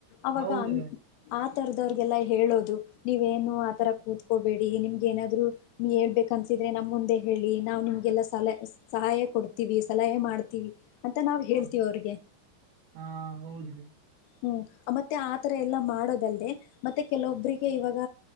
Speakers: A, on the left; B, on the right.
A: ಅವಾಗ
B: ಹೌದ್ರಿ
A: ಅಂ ಅ ಆತರದವ್ರಗೆಲ್ಲ ಹೇಳೋದು ನೀವೇನು ಆತರ ಕೂತ್ಕೋಬೇಡಿ ನಿಮ್ಗೆ ಏನಾದ್ರು ಹೇಳ್ಬೇಕನ್ಸಿದ್ರೆ ನಮ್ ಮುಂದೆ ಹೇಳಿ ನಾವ್ ನಿಮ್ಗೆಲ್ಲ ಸಲ ಸಹಾಯ ಕೊಡ್ತೀವಿ. ಸಲಹೆ ಮಾಡ್ತೀವಿ. ಅಂತ ನಾವ್ ಹೇಳ್ತೀವಿ
B: ಹ
A: ಅವ್ರಿಗೆ
B: ಹಾ ಹೌದ್ರಿ.
A: ಹು ಮತ್ತೆ ಆತರ ಎಲ್ಲಾ ಮಾಡೋದಲ್ದೆ ಮತ್ತೆ ಕೆಲವೊಬ್ರಿಗೆ ಇವಾಗ